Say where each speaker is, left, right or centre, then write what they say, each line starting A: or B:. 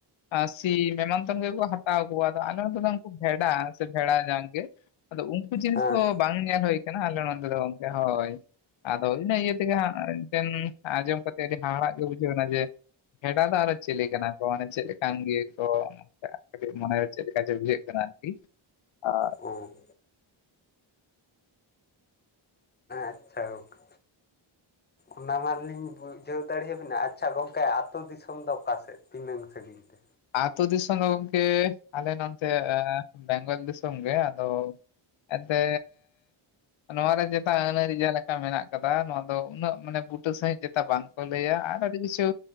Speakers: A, on the left; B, on the left.
A: ᱟ ᱥᱤᱢ ᱮᱢᱟᱱ ᱥᱚᱝᱜᱮ ᱠᱚ ᱦᱟᱛᱟᱣ ᱠᱚᱣᱟ ᱟᱫᱚ ᱟᱞᱮ ᱱᱚᱛᱮ ᱫᱚ ᱩᱱᱠᱩ ᱵᱷᱮᱰᱟ ᱥᱮ ᱵᱷᱮᱲᱟ ᱡᱟᱝᱜ ᱜᱮ᱾ ᱟᱫᱚ ᱩᱱᱠᱩ ᱡᱤᱱᱤᱥ
B: ᱦᱮᱸ
A: ᱠᱚ ᱵᱟᱝ ᱧᱮᱞ ᱦᱩᱭ ᱠᱟᱱᱟ ᱟᱞᱮ ᱱᱚᱱᱛᱮ ᱫᱚ ᱜᱚᱝᱠᱮ ᱦᱳᱭ᱾ ᱟᱫᱚ ᱤᱱᱟᱹ ᱤᱭᱟᱹ ᱛᱮᱜᱮ ᱦᱟᱸᱜ ᱢᱤᱫᱴᱮᱱ ᱟᱸᱡᱚᱢ ᱠᱟᱛᱮᱜ ᱟᱹᱰᱤ ᱦᱟᱦᱟᱲᱟᱜ ᱜᱮ ᱵᱩᱡᱷᱟᱹᱣᱱᱟ ᱡᱮ ᱵᱷᱮᱰᱟ ᱫᱚ ᱟᱨᱚ ᱪᱤᱞᱤ ᱠᱟᱱᱟ ᱠᱚ ᱢᱟᱱᱮ ᱪᱮᱫ ᱞᱮᱠᱟᱱ ᱜᱮ ᱠᱚ ᱟᱜ ᱠᱟᱹᱴᱤᱡ ᱢᱚᱱᱮᱨᱮ ᱪᱮᱫ ᱞᱮᱠᱟ ᱪᱚ ᱵᱩᱡᱷᱟᱹᱜ ᱠᱟᱱᱟ ᱟᱨᱠᱤ ᱟᱨ
B: ᱦᱮᱸ ᱦᱮᱸ ᱟᱪᱪᱷᱟ ᱜᱚᱝᱠᱮ ᱚᱱᱟ ᱢᱟᱞᱤᱧ ᱵᱩᱡᱷᱟᱹᱣ ᱫᱟᱲᱮᱭᱟᱵᱤᱱᱟ ᱟᱪᱪᱷᱟ ᱜᱚᱝᱠᱮ ᱟᱹᱛᱩ ᱫᱤᱥᱚᱢ ᱫᱚ ᱚᱠᱟ ᱥᱮᱫ ᱛᱤᱱᱟᱹᱝ ᱥᱮᱫ? ᱜᱤᱞ ᱛᱮ
A: ᱟᱹᱛᱳ ᱫᱤᱥᱚᱢ ᱫᱚ ᱜᱚᱝᱠᱮ ᱟᱞᱮ ᱱᱚᱱᱛᱮ ᱮ ᱵᱮᱝᱜᱚᱞ ᱫᱤᱥᱚᱢ ᱜᱮ ᱟᱫᱚ ᱮᱱᱛᱮᱻ ᱱᱚᱣᱟ ᱨᱮ ᱪᱮᱛᱟ ᱟᱹᱱ ᱟᱹᱨᱤ ᱡᱟᱦᱟ ᱞᱮᱠᱟ ᱢᱮᱱᱟᱜ ᱟᱠᱟᱫᱟ ᱱᱚᱣᱟ ᱫᱚ ᱩᱱᱟᱹᱜ ᱢᱟᱱᱮ ᱵᱩᱴᱟᱹ ᱥᱟᱹᱦᱤᱡ ᱪᱮᱛᱟ ᱵᱟᱝ᱾ ᱠᱚ ᱞᱟᱹᱭᱟ ᱟᱨ ᱟᱹᱰᱤ ᱠᱤᱪᱷᱩ